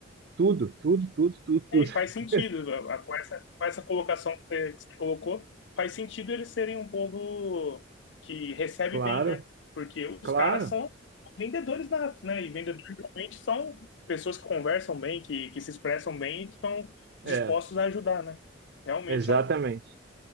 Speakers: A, on the right; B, on the left.
A: Tudo, tudo, tudo, tudo, tudo.
B: É, e faz sentido,
A: <laughs>
B: a- a- com essa, com essa colocação que você, que você colocou, faz sentido eles serem um povo que recebe
A: Claro,
B: bem, né? Porque os
A: claro.
B: caras são vendedores natos, né? E vendedores realmente são pessoas que conversam bem, que, que se expressam bem e estão
A: É,
B: dispostos a ajudar, né? Realmente
A: exatamente.
B: é um.